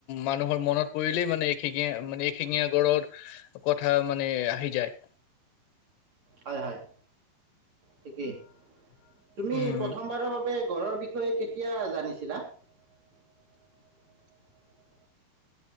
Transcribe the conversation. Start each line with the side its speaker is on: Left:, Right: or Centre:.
Left: মানুহৰ মনত পৰিলেই। মানে এখিঙা মানে এশিঙীয়া গঁড়ৰ কথা মানে আহি যায়
Right: হয় হয়। ঠিকেই তুমি
Left: উম,
Right: প্ৰথমবাৰৰ বাবে <unintelligible> ঘৰৰ বিষয়ে কেতিয়া জানিছিলা। <unintelligible>